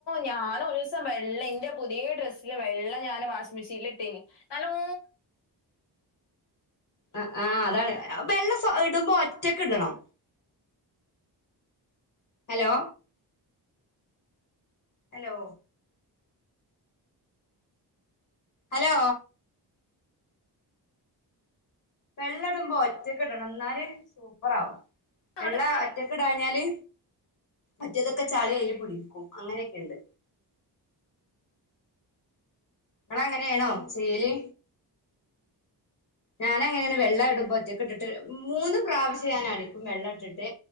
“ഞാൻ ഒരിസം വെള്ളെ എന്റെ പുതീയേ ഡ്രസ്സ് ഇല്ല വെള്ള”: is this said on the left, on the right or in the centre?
Left